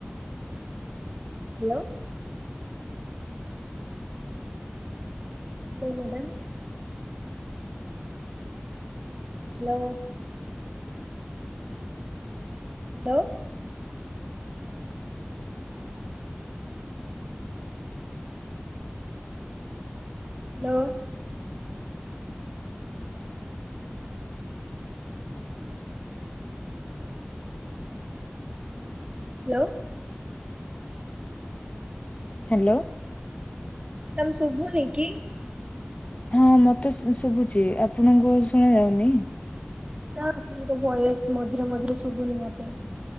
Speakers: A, on the right; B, on the left.
A: Hello. Hello madam. Hello. Hello. Hello. Hello.
B: Hello.
A: Madam ଶୁଭୁନି କି?
B: ହଁ ମତେ ଶୁ-ଶୁବୁଚି। ଆପଣଙ୍କୁ ଶୁଣା ଯାଉନି?
A: ନାଁ ଆପଣଙ୍କ ଭଏସ ମଝିରେ ମଝିରେ ସୁବୁନି ମତେ।